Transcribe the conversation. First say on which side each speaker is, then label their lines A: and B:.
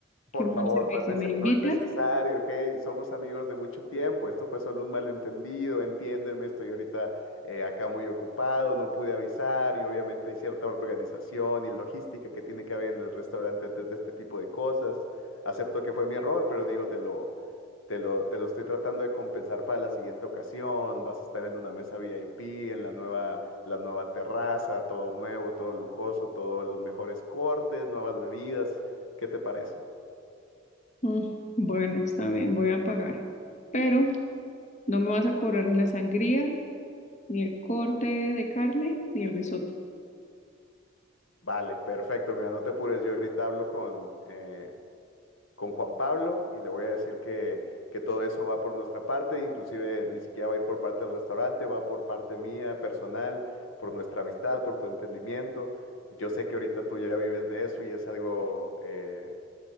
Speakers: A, on the left; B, on the left.
A: Por
B: Qué mal
A: favor,
B: servicio.
A: no es,
B: ¿Me
A: nece-
B: invitas?
A: no es necesario, hey, somos amigos de mucho tiempo, esto fue solo un malentendido, entiéndeme, estoy ahorita eh, acá muy ocupado, no pude avisar y obviamente hay cierta organización y logística que tiene que haber en el restaurante antes de este tipo de cosas. Acepto que fue mi error, pero digo, te lo, te lo, te lo estoy tratando de compensar para la siguiente ocasión, vas a estar en una mesa VIP, en la nueva, la nueva terraza, todo nuevo, todo lujoso, todos los mejores cortes, nuevas bebidas, ¿qué te parece?
B: Mm, bueno, está bien, voy a pagar. Pero No me vas a cobrar ni la sangría, ni el corte de carne, ni el risotto.
A: Vale, perfecto. Mira, no te apures. Yo ahorita hablo con, eh, con Juan Pablo y le voy a decir que, que todo eso va por nuestra parte. Inclusive ni siquiera va a ir por parte del restaurante, va por parte mía, personal, por nuestra amistad, por tu entendimiento. Yo sé que ahorita tú ya vives de eso y es algo eh,